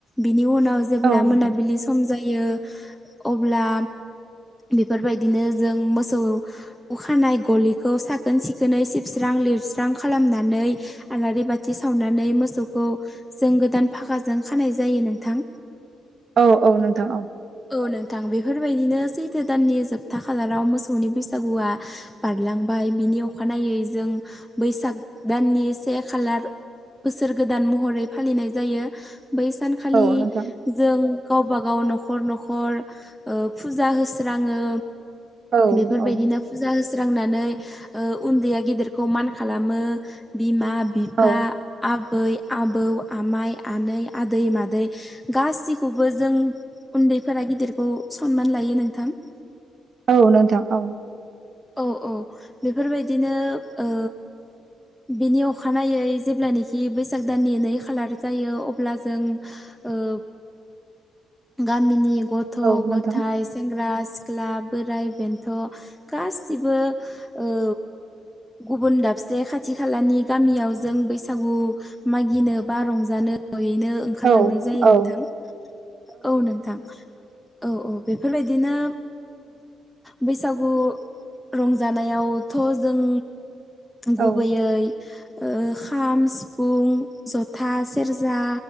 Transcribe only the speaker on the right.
औ नोंथां
औ औ नोंथां औ।
औ नोंथां
औ
औ
औ
औ नोंथां औ।
औ
नोंथां
औ
औ
औ